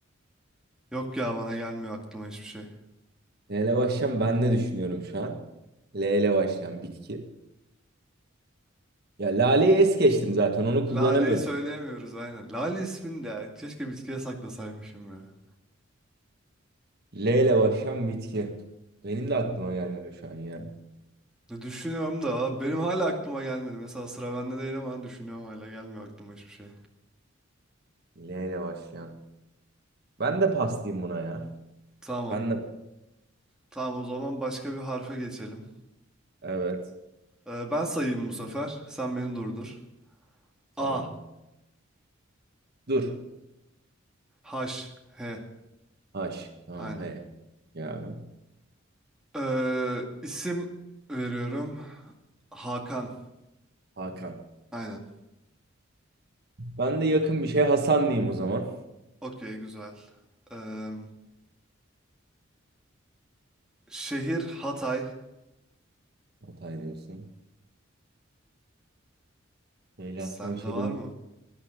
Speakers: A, in the centre; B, on the right.
A: Yok ya bana gelmiyor aklıma hiçbir şey.
B: <laughs> Neyle başlayayım ben de düşünüyorum şu an. L ile başlayan bitki. Ya laleyi es geçtim zaten onu
A: Lale'yi
B: kullanamıyorum.
A: söyleyemiyoruz aynen. Lale ismini de keşke bitkiye saklasaymışım ya.
B: L ile başlayan bitki. Benim de aklıma gelmiyor şu an ya.
A: Düşünüyorum da abi benim hala aklıma gelmedi. Mesela sıra bende değil ama düşünüyorum hala gelmiyor aklıma hiçbir şey.
B: L ile başlayan. Ben de pas diyeyim buna ya.
A: Tamam.
B: Ben de.
A: Tamam o zaman başka bir harfe geçelim.
B: Evet.
A: Ee, ben sayayım bu sefer. Sen beni durdur. A,
B: Tamam. Dur.
A: H, H.
B: H. Tamam
A: Aynen.
B: he. Ya abi.
A: Ee, isim veriyorum. Hakan.
B: Hakan.
A: Aynen.
B: Ben de yakın bir şey Hasan diyeyim o zaman.
A: Okey güzel. Ee, şehir Hatay.
B: Hatay diyorsun. L ile
A: Sende
B: aklıma şehir.
A: var mı?